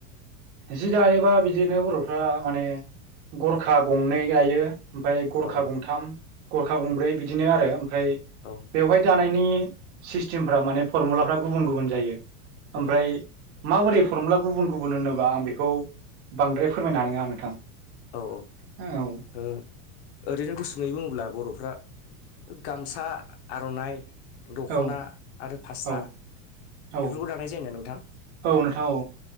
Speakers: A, on the right; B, on the left.
A: जि दायोबा बिदिनो बर'फ्रा माने गरखा गंनै गायो। ओमफाय गरखा
B: औ
A: गंथाम गरखा गंब्रै बिदिनो आरो ओमफ्राय
B: औ
A: बेवहाय दानायनि सिस्थिमफ्रा माने फरमुलाफ्रा गुबुन गुबुन जायो।
B: औ
A: ओमफ्राय माबोरै फरमुला गुबुन गुबुन होनोबा आं बेखौ बांद्राय फोरमायनो हानाय नोङा नोंथां।
B: औ औ
A: औ
B: ओ ओरैनो गुसुुङै बुङोब्ला बर'फ्रा गामसा आर'नाइ दख'ना
A: औ
B: आरो फास्रा
A: औ औ
B: बेफोरखौ दानाय जायो ना नोंथां?
A: औ नोंथां औ